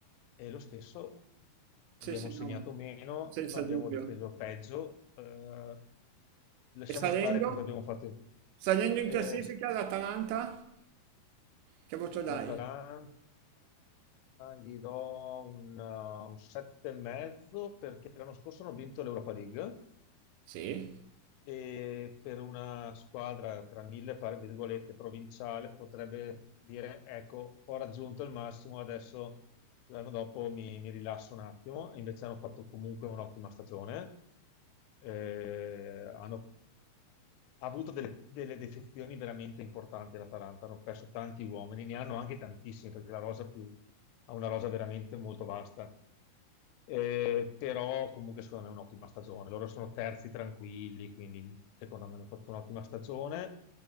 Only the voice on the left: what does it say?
e lo stesso
abbiamo
segnato
meno,
abbiamo
difeso peggio, eh, lasciamo
stare cosa abbiamo fatto.
Eh,
All'Atalanta gli do un, 7 e mezzo perché l'anno scorso hanno vinto l'Europa League
e per una squadra tra mille par- virgolette provinciale potrebbe dire ecco ho raggiunto il massimo adesso l'anno dopo mi, mi rilasso un attimo e invece hanno fatto comunque un'ottima stagione Eh, hanno ha avuto delle, delle defezioni veramente importanti l'Atalanta hanno perso tanti uomini ne hanno anche tantissimi perché la rosa più ha una rosa veramente molto vasta eh, però comunque secondo me è un'ottima stagione. Loro sono terzi tranquilli, quindi secondo me hanno fatto un'ottima stagione.